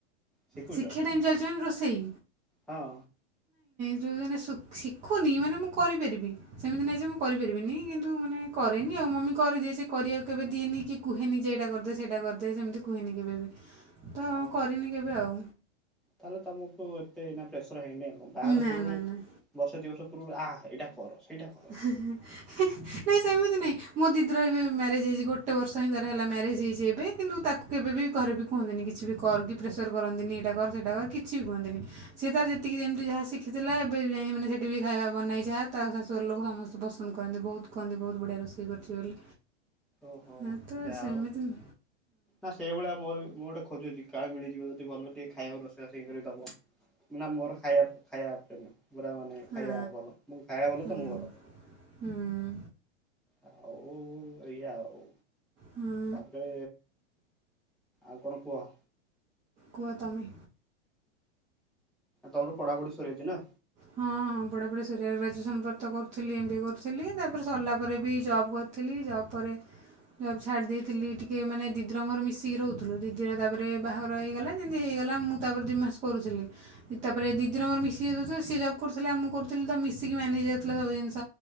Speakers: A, in the centre; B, on the right.
A: ଶିଖୁଛ?
B: ଶିକ୍ଷା ଟାଇମ ଚାଲିଚି ମାନେ ରୋଷେଇ?
A: ହଁ।
B: ଯଉଁ ଦିନ ଶିଖୁ ଶିଖୁନି ମାନେ ମୁଁ କରିପାରିବି ସେମିତି ନାହିଁ ଯେ ମୁଁ କରିପାରିବିନି କିନ୍ତୁ ମାନେ କରେନି ଆଉ। ଆଉ ମମି କରିଦିଏ ସେ କରିବାକୁ କେବେ ଦିଏନି କି କୁହେନି ଯେଇଟା କରିଦେ ସେଇଟା କରିଦେ ସେମିତି କୁହେନି। କେବେ ବି ତ
A: ଓହୋ।
B: କରିନି କେବେ ଆଉ।
A: ତାହେଲେ ତମକୁ ଏତେ ଏଇନା ପ୍ରେସର ହେଇନି ଆଉ ବାହାଘର
B: ନା
A: ପୂର୍ଵରୁ
B: ନା ନା
A: ବର୍ଷେ ଦୁଇ ବର୍ଷ ଆ ଏଇା କର। ସେଇଟା କର।
B: ହି ହି ନାଇଁ ସେମିତି ନାଇଁ ମୋଦି ବେ ମ୍ୟାରେଜ ହେଇଛି ଗୋଟେ ବର୍ଷ ହିଁ ତାର ହେଲା ମ୍ୟାରେଜ ହେଇଛି ଏବେ କିନ୍ତୁ ତାକୁ କେବେ ବି ଘରେ ବି କୁହନ୍ତିନି କିଛି ବି କ କର ପ୍ରେସର କରନ୍ତିନି ଏଇଟା କର ସେଟା କର କିଛି ବି କୁହନ୍ତିନି ସେ ତାର ଯେତିକି ଯେମିତି ଯାହା ଶିଖିଥିଲା ଏବେ ଯ ମାନେ ସେଠି ବି ଖାଇବା ବନେଇ ଯାହା ତା ସା ଘର ଲୋକ ସମସ୍ତେ ପସନ୍ଦ କରନ୍ତି ବହୁତୁ କୁହନ୍ତି ବହୁତୁ ବଢ଼ିଆ ରୋଷେଇ କରୁଛି ବୋଲି।
A: ଓହୋ
B: ହଁ, ତ
A: ଯାହା
B: ସେମିତି
A: ହଉ
B: ହୁଁ
A: ନା ସେଇଭଳିଆ ମୋର ମୁଁ ଗୋଟେ ଖୋଜୁଛି କାଳେ ମିଳିଯିବ। ଯଦି ଭଲରେ ଟିକେ ଖାଇବାକୁ ରୋଷେଇବାସ କରି ଦବ ମୁଁନା ମୋର ଖାଇବା ଖାଇବା ଉପରେ ପୁରା ମାନେ
B: ହଁ,
A: ଖାଇବା ଭଲ ମୁ ଖାଇବା ଭଲ
B: ହୁଁ
A: ତ ମୁଁ ଭଲ।
B: ହୁଁ
A: ଆଉ ଏଇଆ ଆଉ
B: ହଁ
A: ତାପରେ ଆଉ କଣ କୁହ?
B: କୁହତମେ?
A: ତମର ପଢାପଢି ସରିଯାଇଚି ନା?
B: ହଁ, ହଁ ପଢ଼ାପଢ଼ି ସରିଆ ଗ୍ରାଜୁଏସନ୍ ପରେ ତ କରୁଥିଲି ଏମ୍ ବି ଏ କରୁଥିଲି। ତାପରେ ସରିଲା ପରେ ବି ଜବ୍ କରିଥିଲି। ଜବ ପରେ ଜବ୍ ଛାଡ଼ି ଦେଇଥିଲି, ଟିକେ ମାନେ ଦିଦିର ମୋର ମିଶିକି ରହୁଥିଲୁ। ଦିଦିର ତାପରେ ବାହାଘର ହେଇଗଲା। ଯେମିତି ଗଲା ମୁଁ, ତାପରେ ଦିଇ ମାସ କରୁଥିଲି। ତାପରେ ଦିଦିର ମୋର ମିଶିକି ଯେତେ ସିଏ ଜବ୍ କରୁଥିଲା। ମୁଁ କରୁଥିଲି ତ ମିଶିକି ମ୍ୟାନେଜ ହେଇଯାଉଥିଲା ସବୁ ଜିନିଷ।